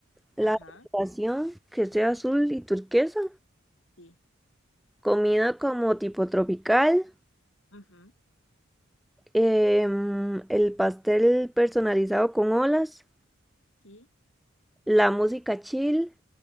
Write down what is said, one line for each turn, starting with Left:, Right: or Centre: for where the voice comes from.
Centre: la
Left: ajá,
Centre: decoración que sea azul y turquesa,
Left: sí,
Centre: comida como tipo tropical,
Left: ujú,
Centre: em, el pastel personalizado con olas,
Left: sí,
Centre: la música chill